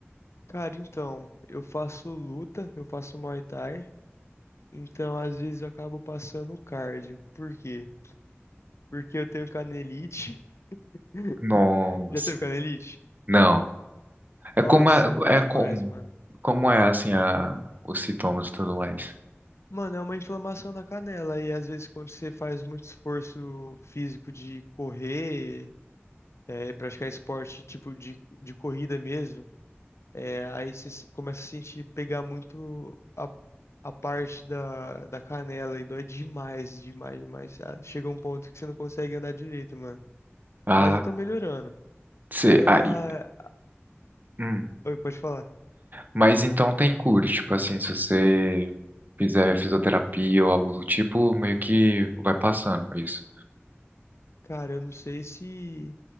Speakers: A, on the left; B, on the right.
A: Cara, então, eu faço luta, eu faço Muay Thai, então às vezes eu acabo passando cardio. Por quê? Porque eu tenho canelite. <laughs>
B: Nossa,
A: Já teve canelite?
B: não.
A: Nossa,
B: É como é,
A: é ruim demais,
B: é como
A: mano.
B: como é assim a, os sintomas e tudo mais.
A: Mano, é uma inflamação na canela e às vezes quando você faz muito esforço físico de correr, é, praticar esporte tipo de, de corrida mesmo, é, aí você se- começa a sentir pegar muito a parte da, da canela e dói demais, demais, demais. Ah, Chega um ponto que você não consegue andar direito, mano.
B: Ah,
A: Mas eu tô melhorando.
B: você
A: Então,
B: aí,
A: ah,
B: hum.
A: oi, pode falar.
B: Mas então tem cura, tipo assim, se você fizer fisioterapia ou algo do tipo, meio que vai passando isso.
A: Cara, eu não sei se.